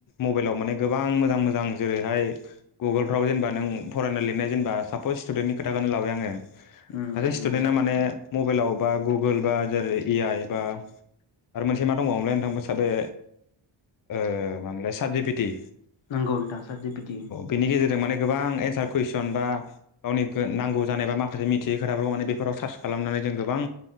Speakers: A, on the left (about 45°); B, on the left (about 75°).
A: मबाइलाव माने गोबां मोजां मोजां जेरैहाय गुगोलफ्राव जेनेबा नों फरायनो लिरनाय जेनबा सास स्टुेन्टनि खोथाखौनो लाबाय आङो सासे
B: उम नंगौ
A: स्टुदेन्टा माने मबाइलाव बा गुगोल बा जेरै ए आइ बा आरो मोनसे मा दंबावोलाय नोंथांबो सादे ओ मामोन लाय साटजिफिटि
B: नोंगौ नोंथा साटजिफिटि
A: बिनि गेजेरजों माने गोबां एन्सार कुइसन बा गावनि नांगौ जानाय बा माखासे माखासे मिथियै खोथाफोरखौ माने बेफोराव सार्च खालामनानै जों गोबां